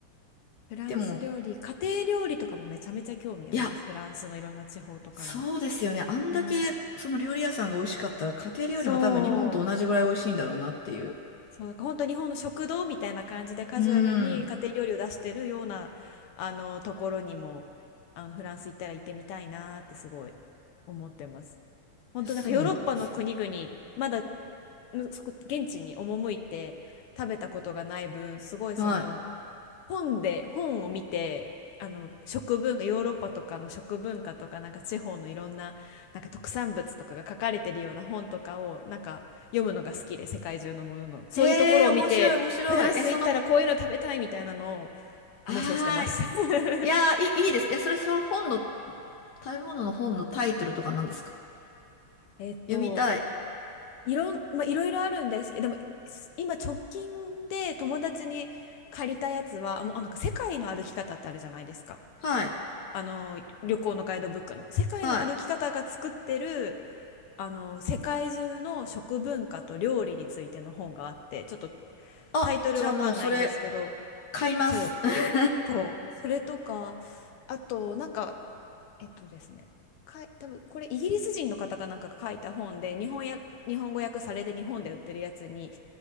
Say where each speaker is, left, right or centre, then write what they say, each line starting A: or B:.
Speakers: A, on the left (about 85°); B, on the left (about 70°).
A: フランス料理、
B: でも、
A: 家庭料理とかもめちゃめちゃ興味あります。
B: いや、
A: フランスのいろんな地方とかの。
B: そうですよね。あんだけ、
A: うん。
B: その料理屋さんが美味しかったら、家庭料理も多分日本と同じぐらい美味しいんだろうなっていう。
A: そう、そう、なんか本当日本の食堂みたいな感じでカジュアルに家庭料理を出してるようなあのところにもあのフランス行ったら行ってみたいなってすごい
B: うん。
A: 思ってます。本当なんかヨーロッパの国々まだ
B: いやそうなんですよ。
A: むそこ現地に赴いて食べたことがない分すごいその
B: はい。
A: 本で本を見てあの食文化ヨーロッパとかの食文化とかなんか地方のいろんな、なんか特産物とかが書かれてるような本とかをなんか読むのが好きで世界中のもののそういうところを見てフランス行ったらこういうの食べたいみたいなのを
B: ええー、面白い、面白い。え、その、あーい。
A: 妄想してます。<laughs>
B: いやー、いい、いいです。え、それ、その本の、食べ物の本のタイトルとか何ですか
A: えっと
B: 読みたい。
A: いろん、まあ、いろいろあるんですけど、でも、す今直近で友達に借りたやつは、もうあなんか世界の歩き方ってあるじゃないですか。
B: はい。
A: あの、旅行のガイドブックの。世界の歩き方が作ってる、
B: はい。
A: あの、世界中の食文化と料理についての本があって、ちょっと
B: あ、
A: タイトルわかんないんですけど、
B: じゃあもうそれ、買います。
A: そう、
B: <laughs>
A: そう、それとか、あと、なんか、えっとですね、かい、多分これイギリス人の方かなんかが書いた本で、日本や、日本語訳されて日本で売ってるやつに、